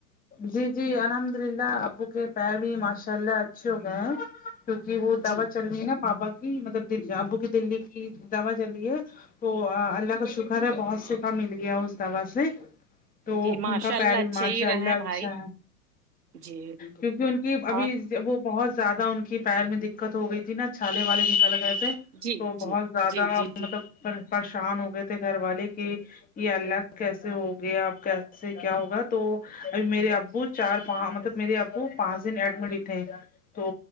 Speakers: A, on the left; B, on the right.
A: جی جی الحمد للہ ابو کے پیر بھی ماشاء اللہ اچھے ہو گئے ہیں کیونکی وہ دوا
B: جی
A: چل رہی ہے نا پاپا کی مطلب ابو کی دللی کی دوا چل رہی ہے تو اللہ کا شکر ہے بہت شفا مل گیا اس دوا سے تو
B: جی ماشاء
A: ان کا
B: اللہ
A: پیرو
B: اچھے
A: ماشاء
B: ہی رہے
A: اللہ
B: بھائی
A: اچھا ہے
B: جی
A: کیونکی ان کی ابھی
B: اور
A: وہ بہت زیادہ ان پیر میں دقت ہو گئی تھی نا چھالے والے نکل گئے تھے
B: جی
A: تو بہت
B: جی
A: زیادہ
B: جی جی جی
A: مطلب پریشان ہو گئے تھے گھر والے کہ یے اللہ کیسے ہوگیا اب کیسے کیا ہو ا تو اب میرے ابو چار مطلب میرے ابو پانچ دن ایڈمٹ ہی تھے تو